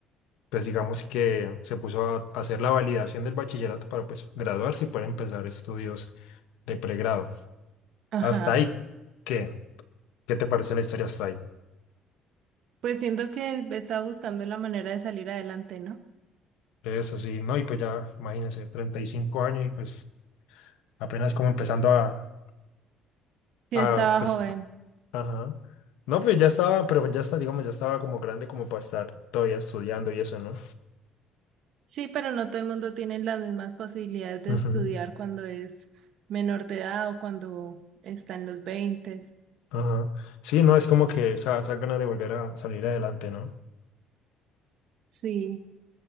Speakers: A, on the left (about 80°); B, on the right (about 60°).
A: pues digamos que se puso a a hacer la validación del bachillerato para pues graduarse y poder empezar estudios de pregrado.
B: Ajá.
A: Hasta ahí, ¿qué? ¿Qué te parece la historia hasta ahí?
B: Pues siento que estaba buscando la manera de salir adelante, ¿no?
A: Eso sí, no, y pues ya, imagínense, 35 años y pues apenas como empezando a,
B: Yo
A: a
B: estaba
A: pues,
B: joven.
A: ajá. No, pues ya estaba, pero ya está, digamos, ya estaba como grande como para estar todavía estudiando y eso, ¿no?
B: Sí, pero no todo el mundo tiene las mismas posibilidades de
A: Ujú.
B: estudiar cuando es menor de edad o cuando está en los veinte.
A: Ajá. Sí, no, es como que esa, esa gana de volver a salir adelante, ¿no?
B: Sí.